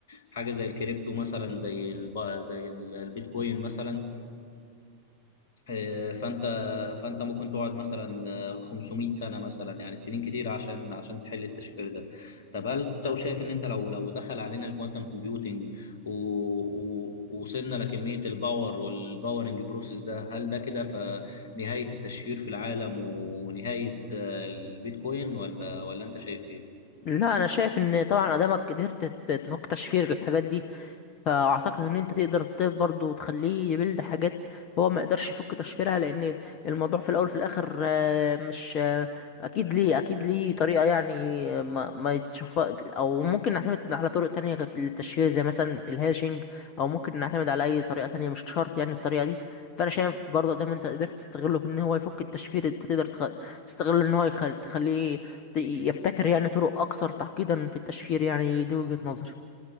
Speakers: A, on the left; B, on the left.
A: حاجة زي الكريبتو مثلا زي الب... زي ال- البيتكوين مثلا آه، فانت فانت ممكن تقعد مثلا آه، 500 سنه مثلا يعني سنين كتير عشان عشان تحل التشفير ده طب هل لو شايف ان انت لو لو دخل علينا الكوانتم كومبيوتنج ووصلنا لكميه الباور والباورنج بروسيس ده هل ده كده فنهايه التشفير في العالم ونهايه آه، البيتكوين ولا ولا انت شايف ايه؟
B: لا انا شايف ان طبعا ادامك قدرت ت- تفك تشفير الحاجات دي فاعتقد ان انت تقدر الطب برضه تخليه يبلد حاجات هو ما يقدرش يفك تشفيرها لان الموضوع في الاول في الاخر آه، مش آه، اكيد ليه اكيد ليه طريقه يعني آه، ما ما يتشف او ممكن نعتمد على طرق تانية غير في التشفير زي مثلا الهاشنج او ممكن نعتمد على اي طريقه تانية مش شرط يعني الطريقه دي فانا شايف برضه ده ما انت قدرت تستغله في ان هو يفك التشفير انت تقدر تخ- تستغله ان هو يخل... تخليه يبتكر يعني طرق أكثر تعقيدا في التشفير يعني دي وجهة نظري